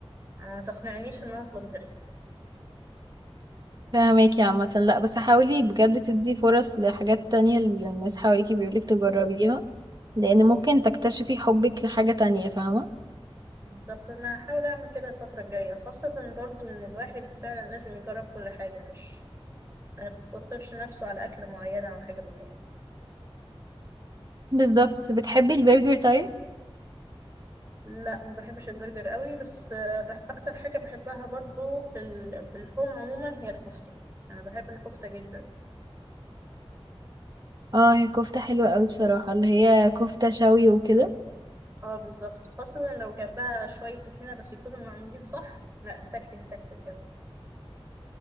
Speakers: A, on the right; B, on the right.
A: ما تقنعنيش ان انا اطلب غيرها
B: فهماكي عامة لا بس حاولي بجد تدي فرص لحاجات تانية اللي الناس حواليكي بيقولك تجربيها لان ممكن تكتشفي حبك لحاجة تانية فاهمة
A: بالظبط انا هحاول اعمل كده الفتره الجايه خاصه برضو ان الواحد فعلا لازم يجرب كل حاجه مش ما يقتصرش نفسه على اكله معينه او حاجه معينه
B: بالظبط بتحبي البرجر طيب
A: لا ما بحبش البرجر قوي بس آه، بح اكتر حاجه بحبها برضو في ال... في اللحوم عموما هي الكفته انا بحب الكفته جدا
B: اه هي كفتة حلوة قوي بصراحة اللي هي كفتة شوي وكده
A: اه بالظبط خاصه لو جنبها شويه طحينه بس يكونوا معمولين صح لا هتاكلي هتاكلي بجد